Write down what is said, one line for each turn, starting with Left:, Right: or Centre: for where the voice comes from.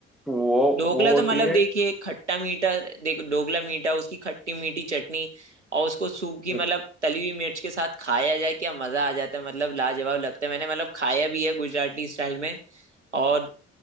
Centre: वो
Right: ढोकला
Centre: वो
Right: तो
Centre: होती
Right: मतलब
Centre: है
Right: देखिए खट्टा मीठा देखो ढोकला मीठा उसकी खट्टी मीठी चटनी और उसको सूखी
Centre: हम्म,
Right: मतलब तली हुई मिर्च के साथ खाया जाए क्या मजा आ जाता है मतलब लाजवाब लगता है मैंने मतलब खाया भी है गुजराती स्टाइल में और